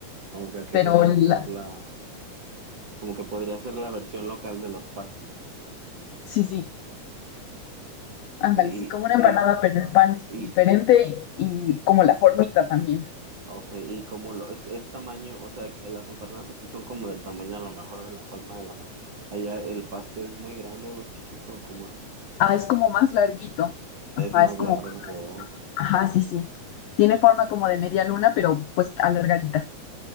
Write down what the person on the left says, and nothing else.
pero
la,
sí, sí, ándale,
sí, como una
empanada,
pero el pan es
diferente y como la formita también.
Ah, es como más larguito.
Ajá,
es como,
ajá, sí, sí. Tiene forma como de media luna, pero pues alargadita.